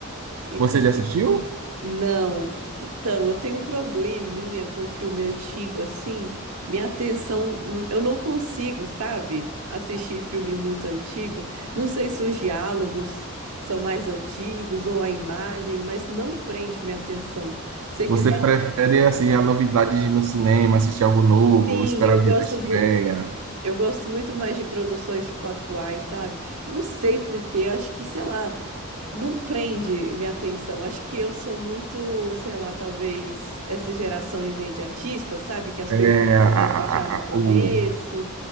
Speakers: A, on the right; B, on the right.
A: Esse
B: Você
A: é...
B: já assistiu?
A: Não. Então, eu tenho um probleminha com filme antigo, assim. Minha atenção, n- eu não consigo, sabe? Assistir filme muito antigo. Não sei se os diálogos são mais antigos ou a imagem, mas não prende minha atenção. Se
B: Você
A: quiser,
B: prefere assim a novidade de ir no cinema, assistir algo novo,
A: sim,
B: esperar
A: eu
B: o
A: gosto
B: dia da estreia?
A: do. Eu gosto muito mais de produções, tipo, atuais, sabe? Não sei por quê, eu acho que, sei lá, não prende minha atenção. Acho que eu sou muito, sei lá, talvez essa geração imediatista, sabe? Que as
B: É,
A: coisas acontecem
B: a, a,
A: já no
B: a,
A: começo.
B: o-